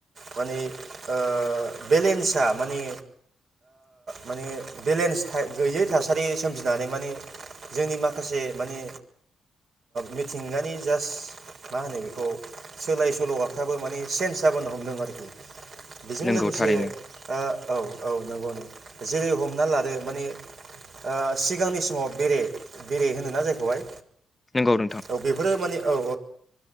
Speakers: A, on the right (about 60°); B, on the left (about 20°).
A: माने ओ बेलेन्सा माने माने बेलेन्स गैयै थासारि सोमजिनानै माने जोंनि माखासे माने मिथिंगानि जास्ट मा होनो बेखौ सोलाय सोल'आफ्राबो माने चेन्ज जाबोनो हमदों आरोखि बेजों
B: नंगौ
A: लोगोसे
B: थारैनो
A: आ औ नंगौनो जेरै हमना लादो माने ओ सिगांनि समाव बेरे बेरे होनोना जायखौहाय
B: नंगौ नोंथां
A: औ बेफोरो माने औ